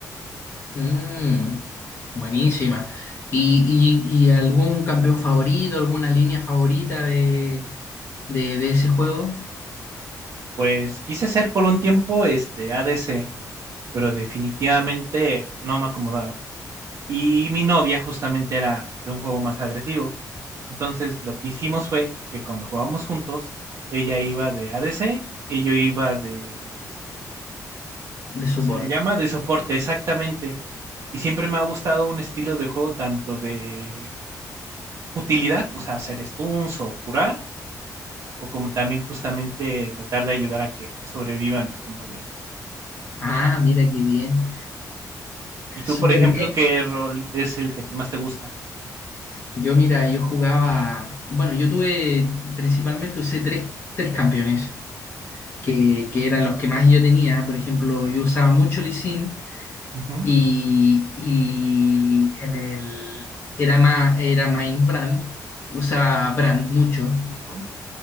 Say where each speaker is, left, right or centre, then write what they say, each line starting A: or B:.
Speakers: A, on the left; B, on the right.
A: Mm, buenísima. ¿Y, y- y algún campeón favorito, alguna línea favorita de, de, de ese juego
B: Pues quise ser por un tiempo este ADC, pero definitivamente no me acomodaba. Y mi novia justamente era de un juego más agresivo. Entonces lo que hicimos fue que cuando jugábamos juntos, ella iba de ADC y yo iba de, este,
A: de
B: ¿cómo
A: support?
B: se le llama? De soporte, exactamente. Y siempre me ha gustado un estilo de juego tanto de utilidad, o sea, hacer stuns o curar, o como también justamente tratar de ayudar a que sobrevivan mis compañeros.
A: Ah, mira qué bien.
B: ¿Y tú,
A: Súper
B: por ejemplo,
A: bien.
B: qué rol es el que más te gusta?
A: Yo, mira, yo jugaba, bueno, yo tuve, principalmente usé tres, tres campeones, que, que eran los que más yo tenía. Por ejemplo, yo usaba mucho Lee Sin
B: Ujú,
A: y, y en el, era más, era Brand, usaba Brand mucho.
B: ujú.